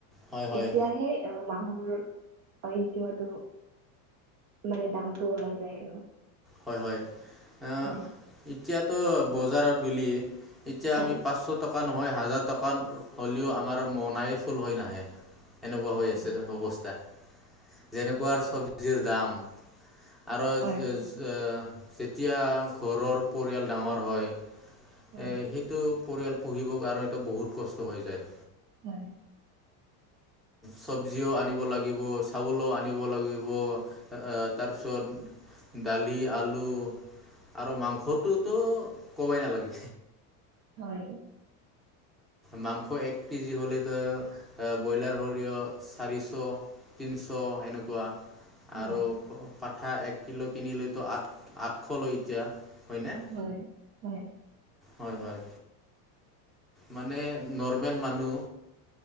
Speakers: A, in the centre; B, on the right.
A: হয় হয়
B: তেতিয়াহে অহ মাহৰ, হয় এতিয়াটো মানে দামটো ওলাই যায় আৰু।
A: হয়, হয়, অ'
B: হয়
A: এতিয়াতো বজাৰত গ'লি এতিয়া
B: হয়
A: আমি পাঁচশ টকা নহয়, হাজাৰ টকাত হ'লেও আমাৰ মৌনাই ফুল হৈ নাহে। এনেকুৱা হৈ
B: হয়
A: আছে যেন অৱস্থা, যেনেকুৱাৰ চব্জিৰ দাম। আৰু
B: হয়
A: যে-যে-যেতিয়া ঘৰৰ পৰিয়াল ডাঙৰ হয় এ
B: হয়
A: সেইটো পৰিয়াল পুহিবৰ কাৰণেতো বহুত কষ্ট হৈ যায়।
B: হয়।
A: চব্জিও আনিব লাগিব, চাউলো আনিব লাগিব। আ, আ তাৰপিছত দালি, আলু আৰু মাংসটোতো ক'বাই নালাগে।
B: হয়।
A: মাংস এক কেজি হ'লেতো, আ ব্ৰইলাৰ ধৰি ল' চাৰিশ তিনিশ এনেকুৱা।
B: হয়
A: আৰু পা-পাঠা এক কিলো কিনিলেতো আঠ-আঠশ লয় এতিয়া, হয়নে?
B: হয়, হয়।
A: হয়, হয়। মানে নৰমেল মানুহ